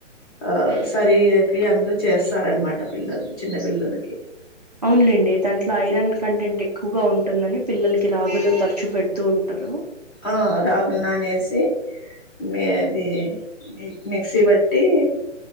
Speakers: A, on the left (about 20°); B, on the right (about 35°).
A: ఆ సరికి అందు చేస్తారనమాట పిల్లలు చిన్న పిల్లలకి
B: అవునులేండి దాంట్లో ఐరన్ కంటెంట్ ఎక్కువగా ఉంటుందని పిల్లలకి రాగులు తరచు పెడుతూ ఉంటారు
A: ఆ రాగులు నానేసి మి ఇది మిక్సీ బట్టి